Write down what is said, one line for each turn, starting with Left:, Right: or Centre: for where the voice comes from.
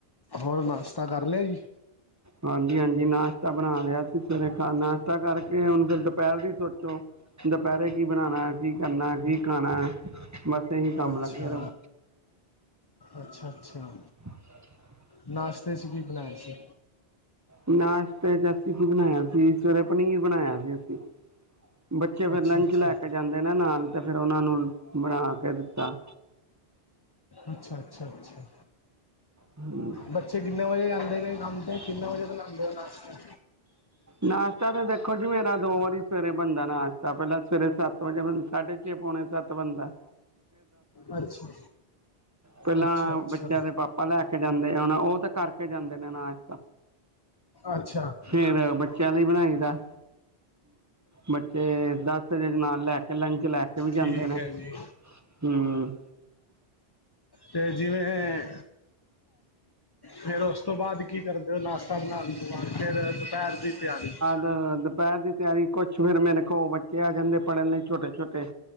Left: ਹੋਰ ਨਾਸ਼ਤਾ ਕਰ ਲਿਆ ਜੀ।
Right: ਹਾਂਜੀ ਹਾਂਜੀ, ਨਾਸ਼ਤਾ ਬਣਾ ਲਿਆ ਸੀ ਸਵੇਰੇ ਖਾ ਨਾਸ਼ਤਾ ਕਰਕੇ ਹੁਣ ਫਿਰ ਦੁਪਹਿਰ ਦੀ ਸੋਚੋ। ਦੁਪਹਿਰੇ ਕੀ ਬਣਾਣਾ, ਕੀ ਕਰਨਾ, ਕੀ ਖਾਣਾ। ਬਸ ਇਹੀ ਕੰਮ
Left: ਅੱਛਾ,
Right: ਲੱਗੇ ਰਹੋ
Left: ਅੱਛਾ ਅੱਛਾ।
Right: <inaudible>
Left: ਨਾਸ਼ਤੇ ਚ ਕੀ ਬਣਾਇਆ ਸੀ।
Right: ਨਾਸ਼ਤੇ ਚ ਅਸੀਂ ਕੀ ਬਣਾਇਆ ਸੀ, ਸਵੇਰੇ ਪਨੀਰ ਬਣਾਇਆ ਸੀ ਅਸੀਂ। ਬੱਚੇ ਫਿਰ
Left: ਅੱਛਾ
Right: ਲੰਚ
Left: ਅੱਛਾ
Right: ਲੈ ਕੇ ਜਾਂਦੇ ਨਾਂ ਨਾਲ ਤੇ ਫਿਰ ਓਨਾਂ ਨੂੰ ਬਣਾ ਕੇ ਦਿੱਤਾ।
Left: ਅੱਛਾ, ਅੱਛਾ, ਅੱਛਾ।
Right: ਹਂ।
Left: ਬੱਚੇ ਕਿੰਨੇ ਵਜੇ ਜਾਂਦੇ ਨੇ ਕੰਮ ਤੇ, ਕਿੰਨੇ ਵਜੇ ਬਣਾਂਦੇ ਓ ਨਾਸ਼ਤਾ।
Right: ਨਾਸ਼ਤਾ ਤਾਂ ਦੇਖੋ ਜੀ, ਮੇਰਾ ਦੋ ਵਾਰੀ ਸਵੇਰੇ ਬਣਦਾ ਨਾਸ਼ਤਾ, ਪੈਲਾਂ ਸਵੇਰੇ ਸੱਤ ਵਜੇ ਬਣ ਸਾਢੇ ਪੌਣੇ ਸੱਤ ਬਣਦਾ।
Left: ਅੱਛਾ।
Right: ਪਹਿਲਾਂ
Left: ਅੱਛਾ, ਅੱਛਾ।
Right: ਬੱਚਿਆਂ ਦੇ ਪਾਪਾ ਲੈ ਕੇ ਜਾਂਦੇ ਆ, ਹੁਣ ਉਹ ਤਾਂ ਕਰਕੇ ਜਾਂਦੇ ਨੇ ਨਾਸ਼ਤਾ
Left: ਅੱਛਾ।
Right: ਫਿਰ ਬੱਚਿਆਂ ਲਈ ਬਣਾਈ ਦਾ, ਬੱਚੇ ਦਸ ਦਿ ਨਾਲ ਲੈ ਕੇ ਲੰਚ ਲੈ ਕੇ। ਥੇ ਵੀ ਜਾਂਦੇ
Left: ਠੀਕ
Right: ਨੇਂ,
Left: ਹੈ ਜੀ
Right: ਹਂ।
Left: ਤੇ ਜਿਵੇਂ ਫੇਰ ਉਸ ਤੋਂ ਬਾਅਦ ਕੀ ਕਰਦੇ ਓ, ਨਾਸ਼ਤਾ ਬਣਾਣ ਤੋਂ ਬਾਅਦ ਫੇਰ ਦੁਪਹਿਰ ਦੀ ਤਿਆਰੀ।
Right: ਅ ਦੁਪਹਿਰ ਦੀ ਤਿਆਰੀ, ਕੁਛ ਫਿਰ ਮੇਰੇ ਕੋੋ ਬੱਚੇ ਆ ਜਾਂਦੇ ਪੜ੍ਹਨ ਲਈ ਛੋਟੇ-ਛੋਟੇ